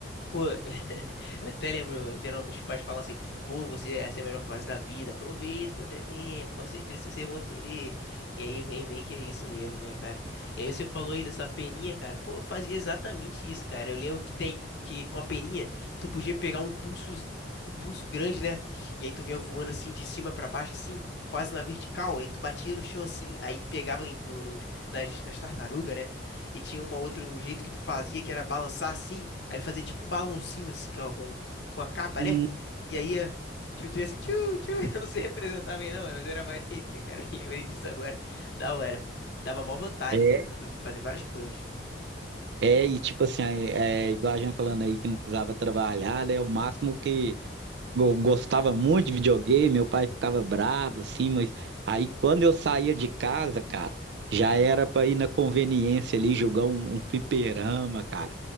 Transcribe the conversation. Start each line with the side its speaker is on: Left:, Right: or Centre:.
Left: Pô, <laughs> eu até lembro, geralmente os pais falam assim, pô, você, essa é a melhor fase da vida, aproveita quanto é tempo, quando vocês crescerem, vocês vão entender. E aí vem, vem que é isso mesmo, né, cara? E aí você falou aí dessa peninha, cara, pô, eu fazia exatamente isso, cara. Eu lembro que tem, que com a peninha, tu podia pegar um impulso, um impulso grande, né? E aí tu vinha voando assim, de cima pra baixo, assim, quase na vertical, aí tu batia no chão assim, aí pegava em- no, nos- nas, nas tartarugas, né? e tinha um outro jeito que tu fazia, que era balançar assim. Aí ele fazia tipo um balãozinho assim com, a- com, com a capa,
Right: Hum,
Left: né? E aí, ia- tipo, tu ia assim, tchu, tchu. <laughs> Eu não sei representar bem não, mas era maneirinho, cara. Eu lembrei disso agora. Da hora. Dava mó vantagem,
Right: É,
Left: né? Pra tu fazer várias coisas.
Right: É, e tipo assim, é, é, igual a gente falando aí que não precisava trabalhar, né? O máximo que Eu gostava muito de videogame, meu pai ficava bravo, assim, mas aí quando eu saía de casa, cara, já era pra ir na conveniência ali jogar um, um fliperama, cara.